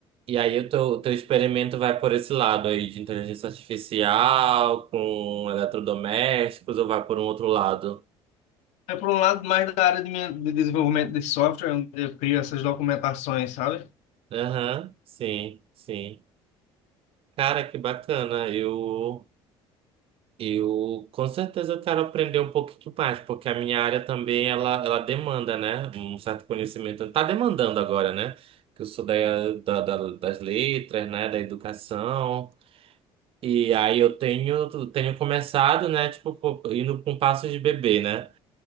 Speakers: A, on the right; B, on the left.
A: E aí o teu, o teu experimento vai por esse lado aí de inteligência artificial, com eletrodomésticos, ou vai por um outro lado?
B: É por um lado mais da área de, minha, de desenvolvimento de software, onde eu crio essas documentações, sabe?
A: Aham, sim, sim. Cara, que bacana. Eu Eu com certeza eu quero aprender um pouquinho mais, porque a minha área também ela, ela demanda, né? Um certo conhecimento. Tá demandando agora, né? Que eu sou da, da- da- das letras, né? Da educação. E aí eu tenho, tenho começado, né? Tipo, pô, indo com passos de bebê, né?